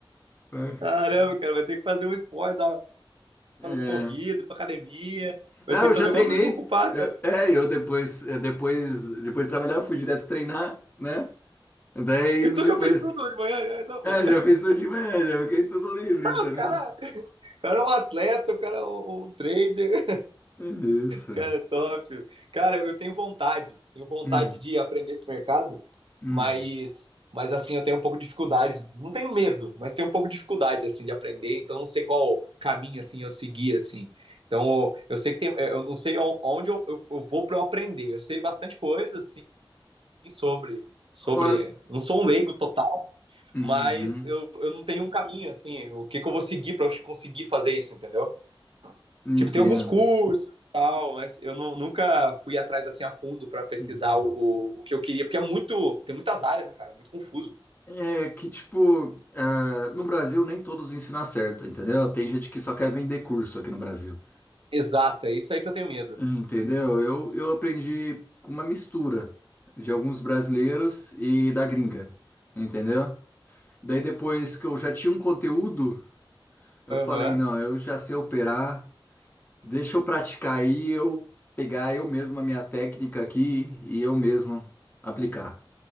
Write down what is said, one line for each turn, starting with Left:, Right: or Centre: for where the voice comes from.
Left: É.
Right: Caramba, cara, vai ter que fazer um esporte, dar
Left: É.
Right: uma corrida, ir pra academia. Vai
Left: Ah,
Right: ter
Left: eu
Right: que
Left: já
Right: fazer
Left: treinei.
Right: alguma coisa pra ocupar,
Left: Eu-
Right: cara.
Left: é, eu depois, é, depois, depois de trabalhar, eu fui direto treinar, né? Daí
Right: Então
Left: depois,
Right: já fez tudo de manhã, já. Então,
Left: é,
Right: mano.
Left: já
Right: <laughs>
Left: fiz tudo de média, fiquei tudo livre, entendeu?
Right: O cara, o cara é um atleta, o cara é um, um trader.
Left: É Isso.
Right: Cara, top. Cara, eu tenho vontade, tenho vontade
Left: Hum,
Right: de aprender esse mercado,
Left: hum.
Right: mas, mas assim, eu tenho um pouco de dificuldade. Não tenho medo, mas tenho um pouco de dificuldade, assim, de aprender. Então, não sei qual caminho, assim, eu seguir, assim. Então, eu sei que tem, eu não sei onde eu, eu, eu vou para eu aprender. Eu sei bastante coisa, assim, sobre, sobre.
Left: Ó-
Right: Não sou um leigo total,
Left: Uhum,
Right: mas eu, eu não tenho um caminho, assim, o que, que eu vou seguir para eu conseguir fazer isso, entendeu?
Left: entendo.
Right: Tipo, tem alguns cursos e tal, mas eu nu- nunca fui atrás assim a fundo para pesquisar
Left: Uhum.
Right: o, o, o que eu queria, porque é muito, tem muitas áreas, né, cara? É muito confuso.
Left: É que, tipo, é, no Brasil nem todos ensinam certo, entendeu? Tem gente que só quer vender curso aqui no Brasil,
Right: Exato, é isso aí que eu tenho medo.
Left: entendeu? Eu, eu aprendi com uma mistura de alguns brasileiros e da gringa, entendeu? Daí depois que eu já tinha um conteúdo, eu falei,
Right: Aham,
Left: não, eu já sei operar, deixa eu praticar aí, eu pegar eu mesmo a minha técnica aqui e eu mesmo aplicar,